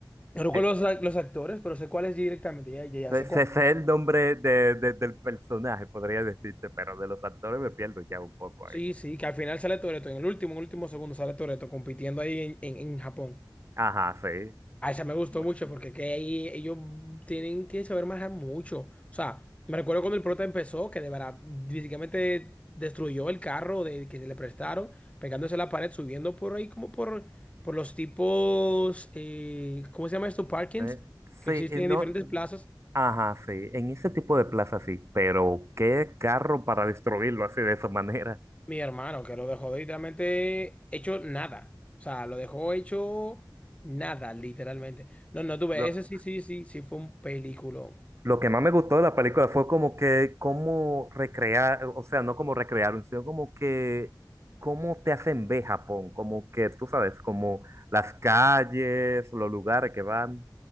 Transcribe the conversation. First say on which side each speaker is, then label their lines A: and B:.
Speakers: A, on the left (about 15°); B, on the right (about 35°).
A: no recuerdo
B: Eh,
A: los, a- los actores, pero sé cuál es directamente, ya, ya, ya
B: Ese
A: sé cuál.
B: es el nombre de- de- del personaje, podría decirte, pero de los actores me pierdo ya un poco
A: Sí,
B: ahí.
A: sí, que al final sale Toretto, en el último, en el último segundo sale Toretto compitiendo ahí en, en en Japón.
B: Ajá, sí.
A: Ah, esa me gustó
B: Bueno,
A: mucho porque que ahí ellos tienen que saber manejar mucho. O sea, me recuerdo cuando el prota empezó, que de verdad básicamente destruyó el carro de, que se le prestaron, pegándose a la pared, subiendo por ahí como por, por los tipos, eh, ¿cómo se llama esto? Parkings,
B: eh,
A: que
B: sí,
A: existen
B: eh, no,
A: en diferentes plazas.
B: ajá, sí, en ese tipo de plaza sí, pero qué carro para destruirlo así de esa manera.
A: Mi hermano, que lo dejó literalmente hecho nada. O sea, lo dejó hecho nada, literalmente. No, no tuve,
B: No,
A: ese sí, sí, sí, sí fue un peliculón.
B: Lo que más me gustó de la película fue como que cómo recrear, o sea, no como recrearon, sino como que cómo te hacen ver Japón, como que tú sabes, como las calles, los lugares que van,